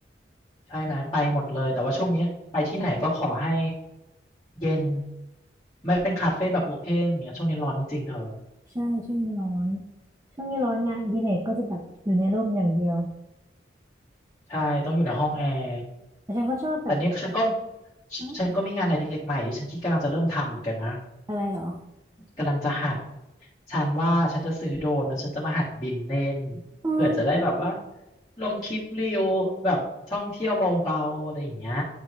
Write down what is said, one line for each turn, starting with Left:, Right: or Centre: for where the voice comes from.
Left: ใช่ไหมไปหมดเลยแต่ว่าช่วงนี้ไปที่ไหนก็ขอให้เย็นไม่เป็นคาเฟ่แบบโอเพนเนี่ยช่วงนี้ร้อนจริงๆเธอ
Right: ใช่ช่วงนี้ร้อน ช่วงนี้ร้อนงานอดีเลยก็จะแบบอยู่ในร่มอย่างเดียว
Left: ใช่ต้องอยู่ในห้องแอร์
Right: แต่ฉันก็ชอบแบบ
Left: แต่เนี้ยฉันก็ฉฉันก็มีงานอดิเรกใหม่ที่ฉันคิดกำลังจะเริ่มทำเหมือนกันนะ
Right: เอ้าอะไรเหรอ
Left: กำลังจะหัดฉันว่าฉันจะซื้อโดรนแล้วฉันจะมาหัดบินเล่น
Right: อ๋อ
Left: เผื่อจะได้แบบว่าลงคลิปรีวแบบท่องเที่ยวเบาๆอะไรอย่างเงี้ย